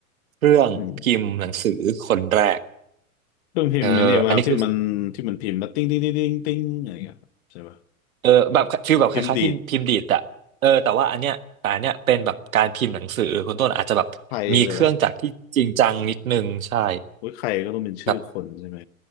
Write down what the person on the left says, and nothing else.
อืมเครื่องพิมพ์ไอ้เนี่ยะครับที่มันที่มันพิมพ์แล้วติ้งติ้งติ้งติ้งติ้งอะไรอย่างเงี้ยครับใช่ป่ะ
พิมพ์ดีด ใครเลยเหรอโอ้ยใครก็ต้องเป็นชื่อคนใช่ไหม